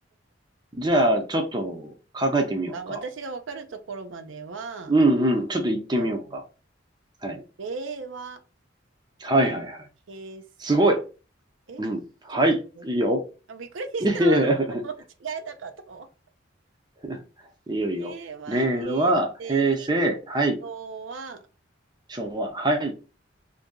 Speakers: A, on the right; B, on the right.
A: じゃあ、ちょっと考えてみようか。
B: が。あ私がわかるところまでは、
A: うんうん。ちょっと行ってみようか。
B: と
A: はい。
B: 令和、
A: はいはいはい。
B: 平成、
A: すごい。
B: え
A: うん。はい。
B: 違います
A: いいよ。
B: あ、びっくりした。
A: いえいえ
B: <laughs> 間違えたかと思
A: <laughs> いいよいいよ。
B: う。令和、
A: 令和、
B: 平成、
A: 平成、はい、
B: 昭和、
A: 昭和、はい。